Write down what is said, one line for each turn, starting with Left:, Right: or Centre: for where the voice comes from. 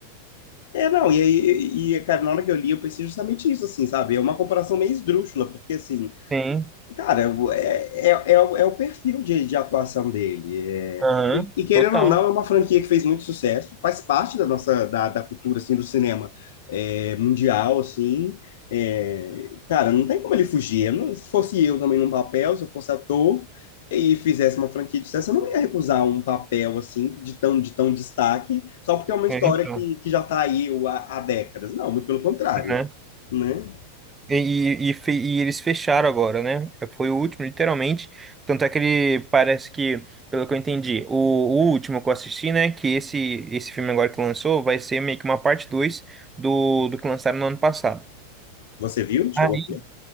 Left: é, não, e, e, e, cara, na hora que eu li, eu pensei justamente isso, assim, sabe? É uma comparação meio esdrúxula, porque, assim,
Right: Sim,
Left: Cara, é, é, é, o é o perfil de, de atuação dele. É,
Right: aham,
Left: e, e querendo
Right: total.
Left: ou não, é uma franquia que fez muito sucesso, faz parte da nossa da, da cultura assim, do cinema é, mundial, assim. É, cara, não tem como ele fugir. Eu não- se fosse eu também num papel, se eu fosse ator e fizesse uma franquia de sucesso, eu não ia recusar um papel assim de tão, de tão destaque, só porque é uma
Right: É,
Left: história
Right: então.
Left: que, que já está aí há, há décadas. Não, muito pelo contrário,
Right: né?
Left: né?
Right: E, e, e fe- e eles fecharam agora, né? Foi o último, literalmente. Tanto é que ele parece que, pelo que eu entendi, o, o último que eu assisti, né? Que esse, esse filme agora que lançou vai ser meio que uma parte 2 do, do que lançaram no ano passado.
Left: Você viu? Chegou
Right: Aí
Left: a ver?